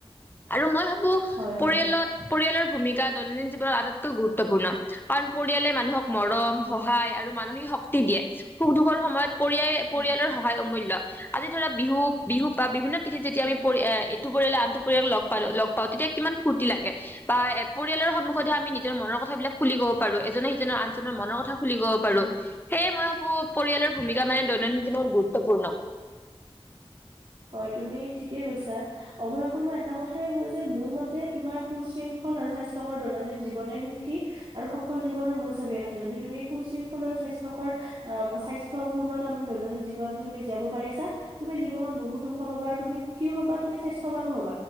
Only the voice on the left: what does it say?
আৰু মই।
পৰিয়ালত পৰিয়ালৰ। ভূমিকা দৈনন্দিন জীৱনত আটাইতকৈ গুৰুত্বপূৰ্ণ। কাৰণ পৰিয়ালে মানুহক মৰম
সহায় আৰু। মানসিক শক্তি দিয়ে। সুখ দুখৰ সময়ত পৰিয় পৰিয়ালৰ
সহায় অমূল্য়। আজি ধৰা বিহু বিহু বা বিভিন্ন তিথিত যেতি
আমি পৰি এইটো পৰিলে আন। পৰিয়াল লগ পালো লগ পাওঁ। তেতিয়া কিমান ফুৰ্তি লাগে বা পৰিয়ালৰ সন্মুখত। সদায় আমি নিজৰ মনৰ কথা বিলাক খুলি ক'ব পাৰো এজনে সিজনক আনজনৰ মনৰ কথা। খুলিবব পাৰো
সেয়ে মই ভাবো। পৰিয়ালৰ ভূমিকা মানে দৈনন্দিন জীনৰত গুৰুত্বপূৰ্ণ।